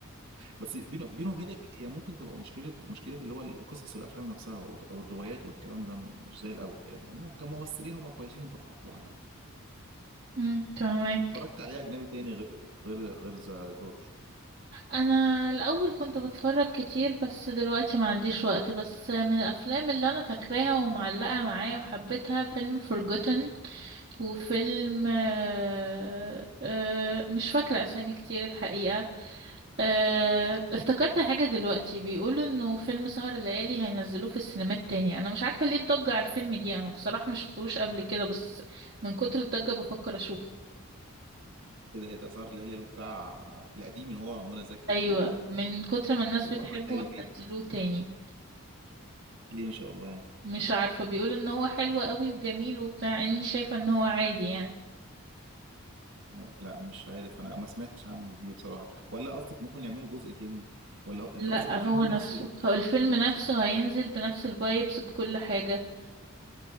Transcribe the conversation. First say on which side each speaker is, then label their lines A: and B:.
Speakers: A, on the right; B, on the right.
A: بس بينه بينه وبينك هي ممكن تبقى مشكله مشكله اللي هو قصص الافلام نفسها او أو الروايات والكلام ده مش زي الاول يعني هم كممثلين هم كويسين طبعا يعني
B: مم، فهمك
A: اتفرجت عليه اجنبي تاني غير غير غير ذا جورج
B: انا الاول كنت بتفرج كتير بس دلوقتي ما عنديش وقت بس من الافلام اللي انا فاكراها ومعلقة معايا وحبيتها فيلم Forgotten وفيلم آه، آه، مش فاكرة اسامي كتير الحقيقة آه، افتكرت حاجة دلوقتي بيقولوا انه فيلم سهر الليالي هينزلوه في السينمات تاني انا مش عارفة ليه الضجة على الفيلم دي انا بصراحة مش شفتهوش قبل كده بس من كتر الضجة بفكر اشوفه
A: ايه ده ايه ده سهر الليالي اللي هو بتاع القديم اللي هو منى زكي
B: ايوه
A: و...
B: من كتر ما الناس بتحبه
A: واحمد حلمي
B: هينزلوه تاني
A: ليه ان شاء الله يعني
B: مش عارفة بيقولوا ان هو حلو قوي وجميل وبتاع اني شايفة ان هو عادي يعني
A: آه، لا مش عارف انا ما سمعتش عنه دي بصراحه ولا قصدك ممكن يعملوا جزء تاني ولا هو- انت
B: لا
A: قصدك الفيلم
B: هو
A: نفسه
B: نفسه هو الفيلم
A: القديم
B: نفسه
A: نزلوه
B: هينزل بنفس الفايبز بكل حاجة